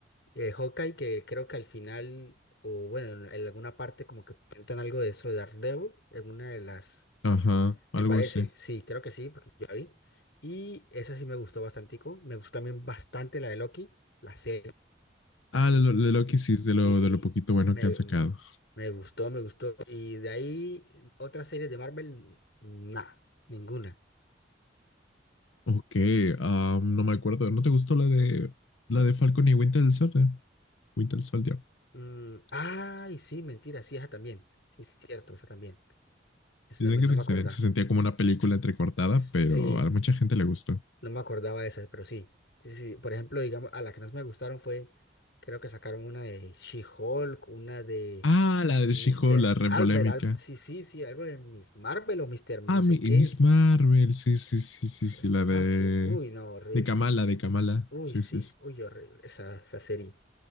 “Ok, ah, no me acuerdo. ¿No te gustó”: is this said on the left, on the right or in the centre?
Left